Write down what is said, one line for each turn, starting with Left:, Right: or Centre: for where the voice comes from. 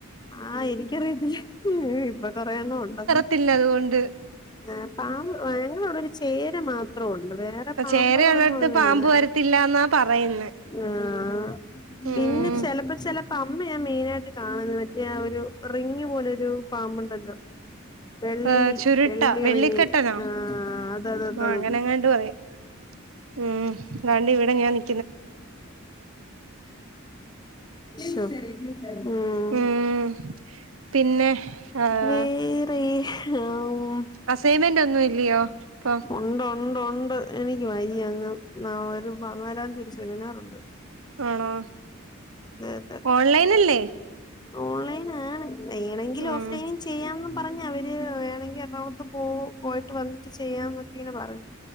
Left: ആഹ് എനിക്കറിയത്തി ഇ കുറയണ്ണഉണ്ട
Right: ട്ടത്തില്ല അതുകൊണ്ട്
Left: ആ പാമ്പ് ഞങ്ങള അവിടെ ഒരു ചേര മാപ്പ ത്രോ ള്ളൂ വേറെ പാമ്പകളൊന്നും
Right: ചേരയുള്ളടത്ത്
Left: അങ്ങനെല്ല
Right: പാമ്പ് വരത്തില്ലാന്നാ പറയുന്നെ
Left: ആഹ്
Right: ഉം
Left: പിന്നെ ചെലപ്പോ ചെലപ്പ അമ്മയാ മെയിനായിട്ട് കാണ്ന്നേ ഞാ ഒരു റിങ്ങ് പോലെയൊരു പാമ്പുണ്ടല്ലോ വെള്ളി
Right: ഏഹ് ചുരുട്ടാ
Left: വെള്ളിറങ്ങി
Right: വെള്ളിക്കെട്ടനോ
Left: ആഹ് അതത് അത
Right: ആഹ്
Left: അതത്
Right: അങ്ങനെങ്ങാണ്ട് പറയും ഉം രണ്ട് ഇവിടെ ഞാൻ നി
Left: ശോ ഉം
Right: ഉം പിന്നെ ആഹ്
Left: വേറെ അം
Right: അസൈൻമെന്റ് ഒന്നും ഇല്ലയോ ഇപ്പൊ
Left: ഉണ്ടോ ഉണ്ട ഉണ്ട് എനിക്ക് വയ്യ അങ്ങ് ന ഒരു <unintelligible> സെമിനാർണ്ട്
Right: ആണോ
Left: അതെ
Right: ഓൺലൈൻല്ലേ
Left: ഓൺലൈൻ ആണ് വേണെങ്കിൽ
Right: ഉം
Left: ഓഫ്ലൈൻ ചെയ്യാ പറഞ്ഞ അവര് വേണങ്കിൽ എറണാകുളത്ത് പോ പോയിട്ട് വന്നിട്ട് ചെയ്യാം എന്നൊക്കെ ഇങ്ങനെ പറഞ്ഞു